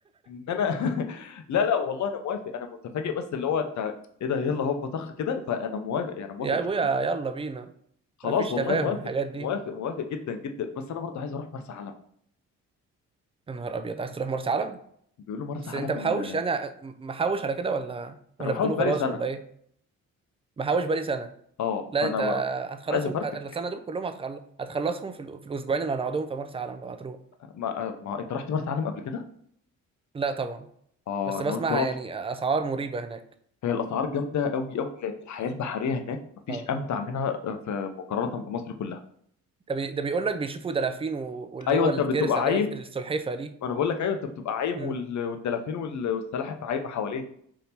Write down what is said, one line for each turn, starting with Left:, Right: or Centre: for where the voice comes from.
Left: ان انا <laughs> لا لا والله انا موافق انا متفاجئ بس اللي هو انت ايه ده يلا هوب طخ كده فانا موافق يعني موافق
Right: يا
Left: جدا
Right: ابويا يلا بينا
Left: خلاص
Right: مفيش
Left: والله
Right: تفاهم
Left: موافق
Right: الحاجات دي
Left: موافق موافق جدا جدا بس انا برضه عايز اروح مرسى علم
Right: يا نهار ابيض عايز تروح مرسى علم
Left: بيقولوا مرسى
Right: بس
Left: علم
Right: انت محوش
Left: ال...
Right: يعني م- محوش على كده ولا ولا
Left: انا بحوش
Right: بتقوله
Left: بقالي
Right: خلاص
Left: سنه
Right: ولا ايه محوش بقالي سنه
Left: اه
Right: لا
Left: فانا
Right: انت هتخلصهم
Left: عايز افرتك
Right: السنه دول كلهم هتخل... هتخلصهم في, الأ- في الاسبوعين اللي هنقعدهم في مرسى علم لو هتروح
Left: ما, آه، ما انت رحت مرسى علم قبل كده؟
Right: لا طبعا
Left: اه
Right: بس
Left: انا
Right: بسمع
Left: قلت رحت
Right: يعني اسعار مريبه هناك
Left: هي الاسعار جامده قوي قوي لان الحياه البحريه هناك مفيش
Right: اه
Left: امتع منها آه، في مقارنه بمصر كلها
Right: ده بي... ده بيقول لك بيشوفوا دلافين و... واللي
Left: ايوه
Right: هو
Left: انت
Right: الترسه
Left: بتبقى
Right: اللي
Left: عايم
Right: هي السلحفه دي
Left: وانا بقول لك ايوه انت بتبقى عايم
Right: امم
Left: وال- والدلافين وال- والسلاحف عايمه حواليك